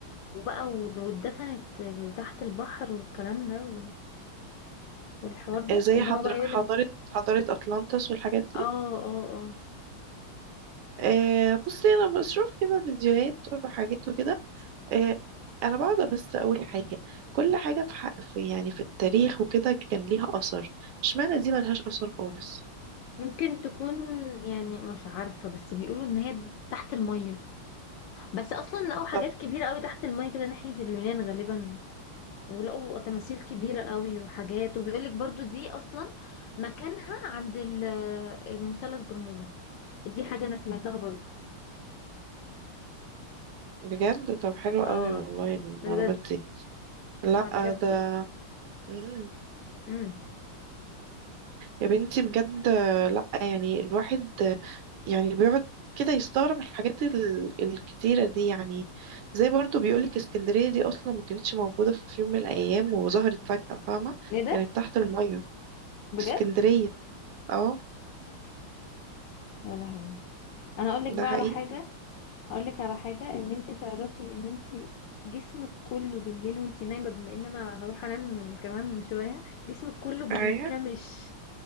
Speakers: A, on the left; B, on the right.
A: وبقى و- واتدفنت تحت البحر والكلام ده و- والحوار ده
B: إيه زي
A: ان
B: حضر...
A: هو بقى يقولك
B: حضارة حضارة أطلانتس والحاجات
A: اه اه اه
B: آه بصي انا بشوف كده فيديوهات وحاجات وكده آه انا بقعد بس اقول حاجه كل حاجه في, حق في يعني في التاريخ وكده كان ليها اثر اشمعنى دي ملهاش اثر خالص
A: ممكن تكون يعني مش عارفة بس بيقولوا ان هي تحت المية بس اصلا لقوا حاجات
B: طب
A: كبيرة قوي تحت المية كده ناحية اليونان غالبا ولقوا تماثيل كبيرة قوي وحاجات وبيقولك برضو دي اصلا مكانها عند ال- المثلث برمودا دي حاجة انا سمعتها برضو
B: بجد طب حلو قوي
A: اه
B: والله المعلومات
A: بجد
B: دي لا
A: انا بجد
B: ده مم.
A: امم
B: يا بنتي بجد لا يعني الواحد يعني بيقعد كده يستغرب الحاجات ال- الكتيرة دي يعني زي برضو بيقولك اسكندرية دي أصلا ما كانتش موجودة في يوم من الأيام وظهرت فجأة فاهمة
A: ايه ده
B: كانت تحت المية
A: بجد
B: اسكندرية اه
A: يا لهوي انا اقول لك
B: ده
A: بقى
B: حقيقي
A: على حاجة هقول لك على حاجه ان انت تعرفي ان انت جسمك كله بالليل وانت نايمه بما ان انا هروح انام كمان شويه جسمك كله بينكمش
B: ايوه